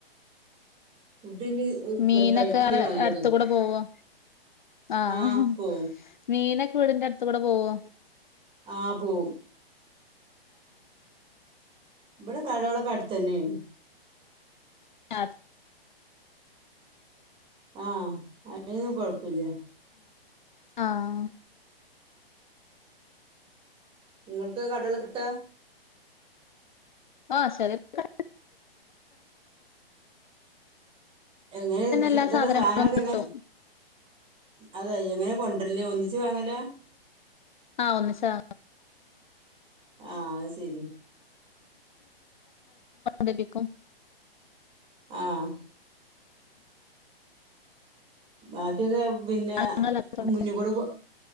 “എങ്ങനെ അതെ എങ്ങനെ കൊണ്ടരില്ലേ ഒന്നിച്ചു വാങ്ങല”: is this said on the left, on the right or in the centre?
Right